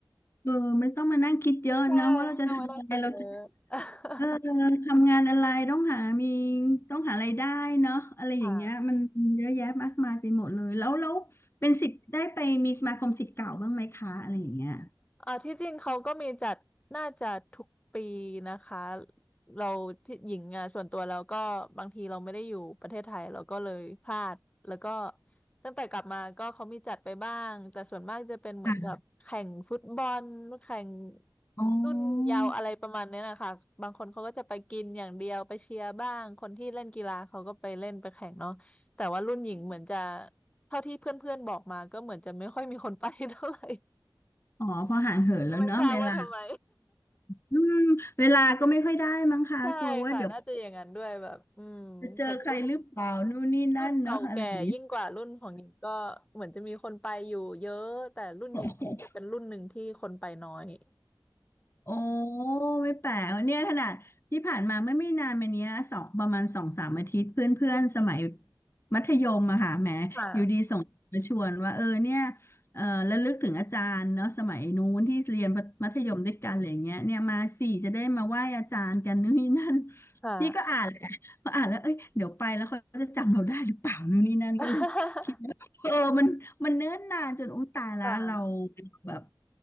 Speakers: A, on the left; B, on the left.
A: เออไม่ต้องมานั่งคิดเยอะนะว่าเราจะทำอะไรเราจะ
B: ใช่ไม่ต้องมานั่งกินเยอะ <laughs>
A: เออทำงานอะไรต้องหามีต้องหารายได้เนาะอะไรอย่างเงี้ยมันเยอะแยะมากมายไปหมดเลยแล้วแล้วเป็นสิทธิ์ได้ไปมีสมาคมสิทธิ์เก่าบ้างไหมคะอะไรอย่างเงี้ย
B: ค่ะ อ่าที่จริงเขาก็มีจัดน่าจะทุกปีนะคะเราที่หญิงอ่ะส่วนตัวเราก็บางทีเราไม่ได้อยู่ประเทศไทยเราก็เลยพลาดแล้วก็ตั้งแต่กลับมาก็เขามีจัดไปบ้างแต่ส่วนมากจะเป็นเหมือนกับแข่งฟุตบอลแข่ง
A: ค่ะอ๋อ
B: รุ่นเยาวอะไรประมาณเนี้ยนะคะบางคนเขาก็จะไปกินอย่างเดียวไปเชียร์บ้างคนที่เล่นกีฬาเขาก็ไปเล่นไปแข่งเนาะแต่ว่ารุ่นหญิงเหมือนจะเท่าที่เพื่อนๆบอกมาก็เหมือนจะไม่ค่อยมีคนไป <laughs> เท่าไหร่
A: อ๋อพอห่างเหินแล้วเนาะเวลา
B: ก็ไม่ทราบว่าทำไม
A: อืมเวลาก็ไม่ค่อยได้มั้งคะกลัวว่าเดี๋ยว
B: <laughs> ใช่ค่ะน่าจะอย่างนั้นด้วยแบบอืมเห็นรุ่น
A: จะเจอใครหรือเปล่านู่นนี่นั่นเนาะอะไรอย่างเงี้ย
B: รุ่นเก่าแก่ยิ่งกว่ารุ่นของหญิงก็เหมือนจะมีคนไปอยู่เยอะแต่รุ่นหญิงนี่จะเป็นรุ่นหนึ่งที่คนไปน้อย
A: <laughs> โอ้ไม่แปลกเนี่ยขนาดที่ผ่านมาไม่ไม่นานมาเนี้ยสองประมาณสองสามอาทิตย์เพื่อนเพื่อนสมัยมัธยมอะค่ะแหมอยู่ดีส่งมาชวนว่าเออเนี่ย
B: <laughs> ค่ะ
A: เออระลึกถึงอาจารย์เนาะสมัยนู้นที่เรียนมัธยมด้วยกันอะไรอย่างเงี้ยเนี่ยมาสี่จะได้มาไหว้อาจารย์กันนู่นนี่นั่น
B: อืมค่ะ
A: นี่ก็อ่านแหละพออ่านแล้วเอ้ยเดี๋ยวไปแล้วเขาจะจำเราได้หรือเปล่านู่นนี่นั่นก็เลยคิดว่าเออมันมันเนิ่นนานจนอุ้ยตายแล้วเรา
B: <laughs> ค่ะ
A: แบบ